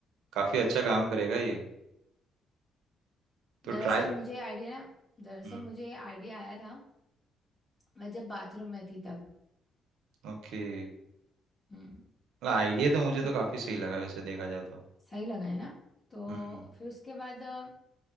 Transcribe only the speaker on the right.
काफी अच्छा काम करेगा ये तो
ट्राई
हम्म
ओके
मतलब आइडिया तो मुझे
तो काफी सही लगा वैसे देखा जाए तो
हम्म